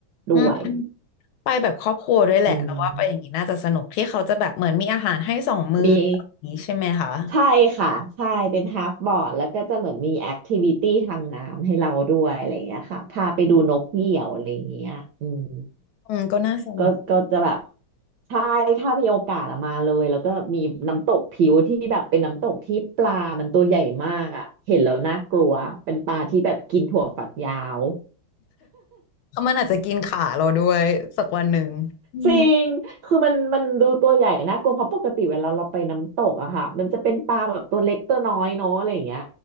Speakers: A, on the right; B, on the left.
A: ด้วย
B: อืมไปแบบครอบครัวด้วยแหละแล้วว่าไปอย่างนี้น่าจะสนุกที่เขาจะแบบเหมือนมีอาหารให้สองมื้ออย่างนี้ใช่ไหมคะ
A: อืมมีใช่ค่ะใช่เป็นฮาฟบอร์ดแล้วก็จะเหมือนมีแอคทิวิตี้ทางน้ำให้เราด้วยอะไรอย่างเงี้ยค่ะพาไปดูนกเหยี่ยวอะไรอย่างเงี้ยอืม
B: อืมก็น่าสนุก
A: ก็ก็จะแบบใช่ถ้ามีโอกาสอะมาเลยแล้วก็มีน้ำตกผิวที่แบบเป็นน้ำตกที่ปลามันตัวใหญ่มากอะเห็นแล้วน่ากลัวเป็นปลาที่แบบกินถั่วฝักยาว
B: เพราะมันอาจจะกินขาเราด้วยสักวันหนึ่งอืม
A: จริงคือมันมันดูตัวใหญ่นะกลัวเพราะปกติเวลาเราไปน้ำตกอะค่ะมันจะเป็นปลาแบบตัวเล็กตัวน้อยเนาะอะไรอย่างเงี้ย